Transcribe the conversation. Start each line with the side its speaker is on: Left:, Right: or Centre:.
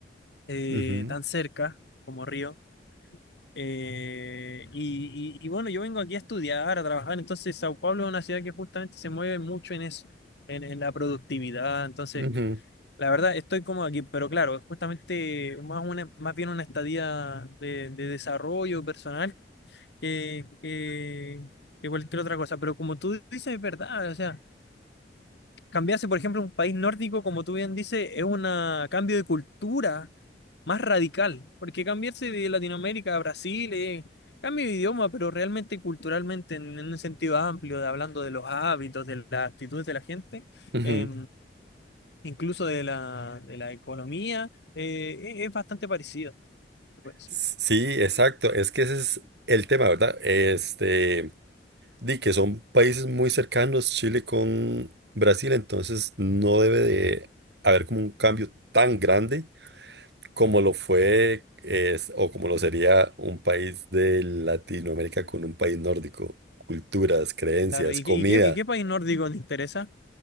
Left: eh,
Right: Ujú,
Left: tan cerca como Río. Eh, y, y- y bueno, yo vengo aquí a estudiar, a trabajar, entonces Sao Paulo es una ciudad que justamente se mueve mucho en eso, en, en la productividad, entonces
Right: ujú,
Left: la verdad estoy cómodo aquí, pero claro, es justamente más, una, más bien una estadía de, de desarrollo personal que, que, que cualquier otra cosa, pero como tú dices, es verdad, o sea... Cambiarse, por ejemplo, a un país nórdico, como tú bien dices, es un cambio de cultura más radical, porque cambiarse de Latinoamérica a Brasil es cambio de idioma, pero realmente culturalmente, en, en un sentido amplio, de, hablando de los hábitos, de las actitudes de la gente,
Right: ujú.
Left: eh, incluso de la, de la economía, eh, es, es bastante parecido. se puede decir.
Right: Sí, exacto. Es que ese es el tema, ¿verdad? Este. Di que son países muy cercanos, Chile con Brasil, entonces no debe de haber como un cambio tan grande como lo fue es- o como lo sería un país de Latinoamérica con un país nórdico. Culturas, creencias,
Left: Claro, ¿y
Right: comida.
Left: qué, y qué, y qué país nórdico te interesa?